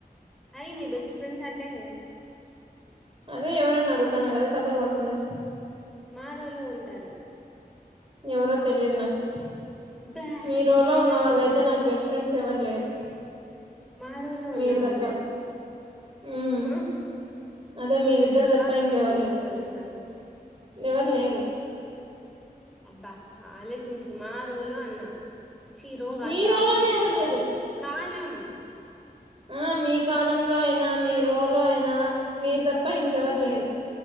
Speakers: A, in the centre; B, on the right.
A: అయి మీ బెస్ట్ ఫ్రెండ్స్ అంటే
B: అదే ఎవరనా అడుగుతానగ అదే కథాల్ పడకుండా చెప్పు
A: మా రోలు ఉంటారు
B: ఎవరో తెలియదు నాకు
A: బ్యా
B: మీ రోలో ఉన్నవాళ్ళైతే
A: హహహ
B: నాకు బెస్ట్ ఫ్రెండ్స్ ఎవరు లేరు
A: మారో లో
B: మీరు
A: ఉన్నవాళ్ళు
B: తప్ప ఉమ్
A: ఉ హు
B: అదే మీరిద్దరు తప్ప
A: గుర్తు
B: ఇంకెవరు
A: తెచ్చుకోరున్నారు
B: ఎవరు లేరు
A: అబ్బా ఆలోచించు మా రోలు అన్న చీరోగాదు
B: మీ
A: కాలమేమో
B: రోలోనే ఎవరు
A: ఆ
B: లేరు
A: కాలం
B: ఆ మీ కాలంలో అయినా మీ రోలో అయినా మీరు తప్ప ఇంకెవరు లేరు